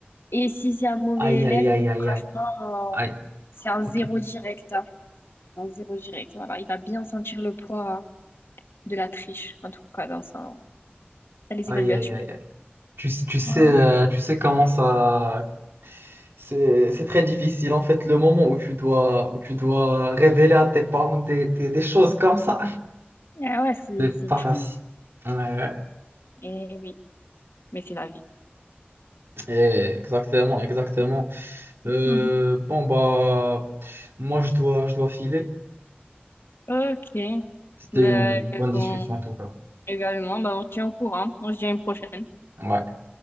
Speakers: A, on the left; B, on the right.
A: Et si c'est un mauvais
B: Aïe,
A: élève,
B: aïe, aïe, aïe,
A: franchement,
B: aïe. Aïe,
A: euh, c'est un
B: OK.
A: zéro direct. hein. Un zéro direct, voilà. Il va bien sentir le poids euh, de la triche, en tout cas, dans sa- dans les
B: Aïe,
A: évaluations.
B: aïe, aïe, aïe. Tu, tu sais,
A: Voilà.
B: euh, tu sais comment ça... C'est c'est très difficile en fait le moment où tu dois où tu dois révéler à tes parents des, des- des choses comme ça.
A: Ah ouais, c'est
B: C'est
A: c'est
B: pas
A: dur.
B: facile. Ouais,
A: Eh oui, mais c'est la vie.
B: et- exactement, exactement. Euh,
A: Mhm.
B: bon bah moi je dois je dois filer.
A: Ok.
B: C'était
A: Ben,
B: une bonne discussion
A: on-
B: en tout cas.
A: également, ben, on tient au courant. On se dit à une prochaine.
B: Ouais.